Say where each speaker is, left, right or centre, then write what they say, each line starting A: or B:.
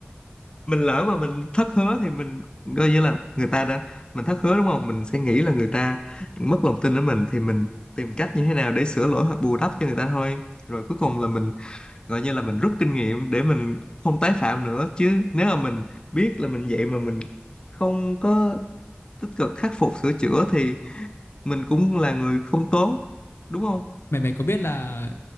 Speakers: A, on the left (about 25°); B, on the left (about 80°).
A: mình lỡ mà mình thất hứa thì mình coi như là người ta đã mình thất hứa đúng không mình sẽ nghĩ là người ta mất lòng tin ở mình thì mình tìm cách như thế nào để sửa lỗi hoặc bù đắp cho người ta thôi rồi cuối cùng là mình gọi như là mình rút kinh nghiệm để mình không tái phạm nữa chứ nếu mà mình biết là mình vậy mà mình không có tích cực khắc phục sửa chữa thì mình cũng là người không tốt đúng không
B: mày mày có biết là